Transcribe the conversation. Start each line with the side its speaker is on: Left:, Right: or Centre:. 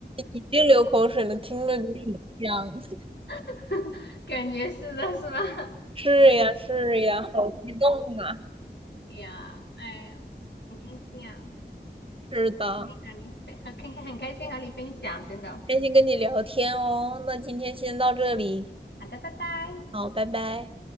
Right: 已经流口水了，听着就很香。<laughs>
Left: <laughs> 感觉是的，是吧？<laughs>
Right: 是呀，是呀，好激动啊！
Left: 对呀，哎呀，很开心啊，
Right: 是的，
Left: 哎很开心和你，对，很开心很开心和你分享，真的。
Right: 开心跟你聊天哦，那今天先到这里，
Left: 好的，拜拜。
Right: 好，拜拜。